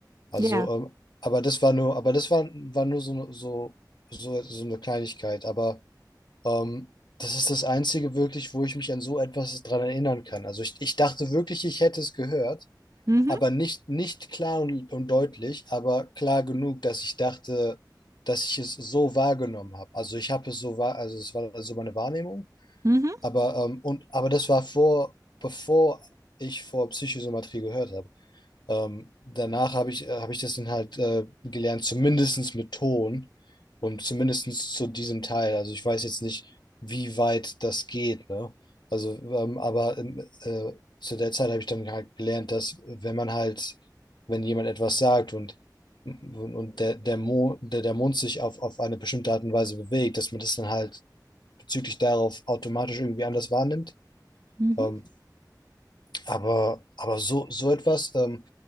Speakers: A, on the left; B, on the right.
A: Also,
B: Ja.
A: ähm, aber das war nur, aber das war, war nur so, eine- so, so, so eine Kleinigkeit. Aber ähm, das ist das Einzige wirklich, wo ich mich an so etwas dran erinnern kann. Also ich, ich dachte wirklich, ich hätte es gehört
B: Mhm.
A: aber nicht, nicht klar und, und deutlich, aber klar genug, dass ich dachte, dass ich es so wahrgenommen habe. Also ich habe es so wahr, also es war so meine Wahrnehmung,
B: Mhm.
A: aber ähm, und aber das war vor, bevor ich vor Psychosomatrie gehört habe. Ähm, danach habe ich, äh, habe ich das dann halt äh, gelernt, zumindestens mit Ton und zumindestens zu diesem Teil. Also ich weiß jetzt nicht, wie weit das geht, ne? Also, ähm, aber ähm, äh, zu der Zeit habe ich dann halt gelernt, dass wenn man halt, wenn jemand etwas sagt und, und, und der, der, Mo, der, der Mund sich auf, auf eine bestimmte Art und Weise bewegt, dass man das dann halt bezüglich darauf automatisch irgendwie anders wahrnimmt.
B: Mhm.
A: Ähm, aber, aber so, so etwas, ähm,